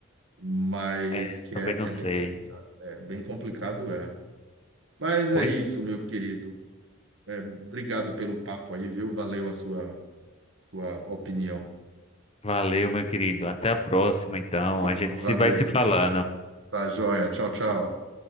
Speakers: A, on the right; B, on the left.
A: Mas
B: é,
A: que
B: também
A: é,
B: não
A: é
B: sei.
A: bem complicado. É bem complicado, é. Mas
B: Pois
A: é isso, meu querido. É, obrigado pelo papo aí, viu? Valeu a sua, sua opinião.
B: valeu, meu querido. Até a próxima, então.
A: Va-
B: A gente
A: Valeu.
B: se vai se falando.
A: Tá joia. Tchau, tchau.